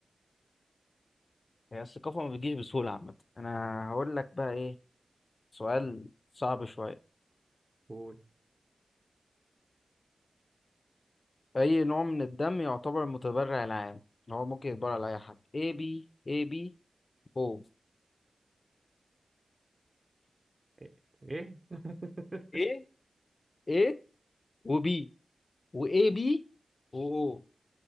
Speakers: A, on the left; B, on the right.
A: هي الثقافة ما بتجيش بسهولة عامة انا هقول لك بقى ايه سؤال صعب شوية
B: قول
A: اي نوع من الدم يعتبر المتبرع العام اللي هو ممكن يتبرع لأي حد A B A B O
B: ايه إيه؟ <laughs>
A: ايه A وبي وA B وO